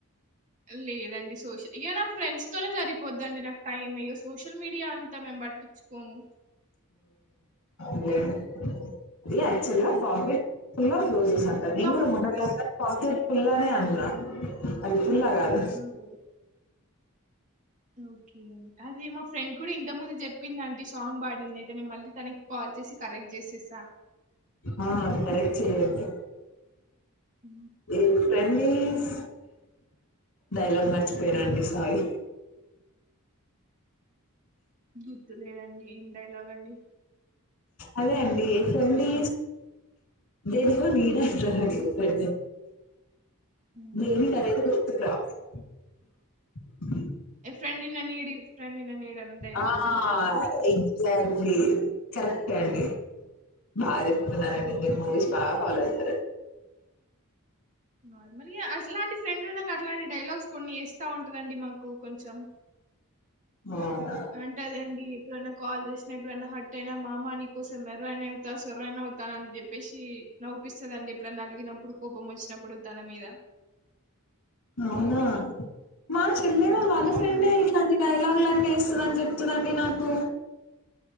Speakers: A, on the right; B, on the left.
A: లేదండి సోషల్ ఇయ్యో నా ఫ్రెడ్స్ తోనే సరిపోది అండి నాకు టైమ్ ఇయో సోషల్ మీడియా అంతా మేమ్ బట్ టిచుకోము
B: మ్మ్ అది యాక్టుల్ గా pocket full of roses <unintelligible>
A: full
B: నేన్
A: ఆఫ్
B: కూడా
A: రోజెస్.
B: మొన్నటి దాకా పాకెట్ స్కూల్లోనే అంట అది స్కూల్లో కాదు
A: ఓహ్! ఓకే అది మా ఫ్రెండ్ కూడా ఇంత ముందు చెప్పింద అండి సాంగ్ పాడింది అయితే మళ్ళీ తనకి కాల్ చేసి కరెక్ట్ చేసేసా
B: ఆ కరెక్ట్ చేయండి
A: ఉ
B: ఈ ఫ్రెండ్లీస్ డైలాగ్ మర్చిపోయానాండి సారీ
A: గుర్తు లేదండి ఏం డైలాగ్ అండి
B: అదే అండి ఫ్రెండ్లీ దేనికో నీ దాంట్లో అండి
A: హ్మ్.
B: దేనికి అనేది గుర్తుకు రాదు door sound
A: a friend in need friend in need అని డైలాగ్
B: ఆ
A: ఉంటది చూడరా అండి?
B: ఎగ్జాక్ట్లీ కరెక్టే అండి బాగా చెప్పారు ఏం చేస్తున్నారండి
A: హ్మ్.
B: మీరు మూవీస్ బాగా ఫాలో అవుతారు సరే
A: నార్మల్గా అసలే ఇలాంటి ఫ్రెండ్ ఉండగా అలాంటి డైలాగస్ కొన్ని వస్తా ఉంటాదండి మాకు నువ్వు కొంచెం
B: అవునా
A: అంటదండి ఎప్పుడైనా కాల్ చేసినా ఎప్పుడైనా హట్ అయినా మామా కోసం మెర్రయినా అవుతా సొరైనా అవుతానని చెప్పేసి నవ్పిస్తది ఎప్పుడైనా అలిగినప్పుడు కోపం వచ్చినప్పుడు తన మీద
B: అవునా మా చెల్లె వాళ్ళ
A: అవునండి
B: ఫ్రెండ్ ఇట్లాంటి డైలాగ్ అన్ని తానే చేస్తున్నానని చెప్తుందండి నాకు